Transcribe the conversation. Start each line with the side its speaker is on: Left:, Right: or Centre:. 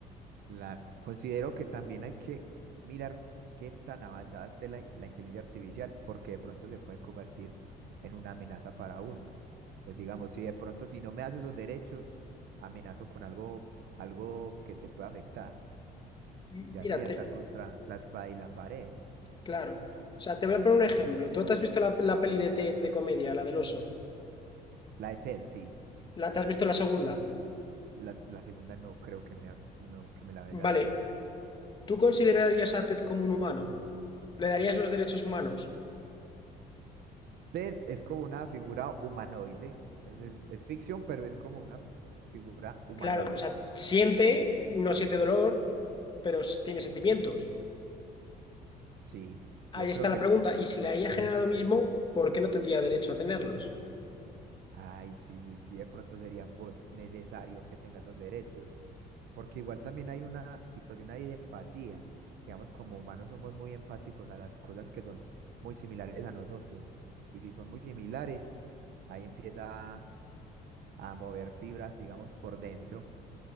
Right: La, considero que también hay que mirar qué tan avanzada esté la, la inteligencia artificial, porque de pronto se pueden convertir en una amenaza para uno. Entonces, digamos, si de pronto si no me das esos derechos, amenazo con algo, algo que te pueda afectar.
Left: Mírate,
Right: Ya sería estar contra la espada y la pared.
Left: claro. O sea, te voy a poner un ejemplo. ¿Tú te has visto la, la peli de Ted de comedia, la del oso?
Right: La de Ted, sí.
Left: ¿La, te has visto la segunda?
Right: La, la segunda no creo que me, ha- no, que me la haya
Left: Vale,
Right: visto.
Left: ¿tú considerarías a Ted como un humano? ¿Le darías los derechos humanos?
Right: Ted es como una figura humanoide. Entonces, es ficción, pero es como una figura humanoide.
Left: Claro, o sea, siente, no siente dolor, pero tiene sentimientos.
Right: Sí.
Left: Ahí
Right: Yo
Left: está
Right: creo que
Left: la pregunta.
Right: sí
Left: Y si la IA genera lo mismo, ¿por qué no tendría derecho a tenerlos?
Right: Ay, sí, sí, sí, de pronto sería po- necesario que tenga esos derechos, porque igual también hay una situación ahí de empatía. Digamos, como humanos somos muy empáticos a las cosas que son muy similares a nosotros, y si son muy similares, ahí empieza a, a mover fibras, digamos, por dentro,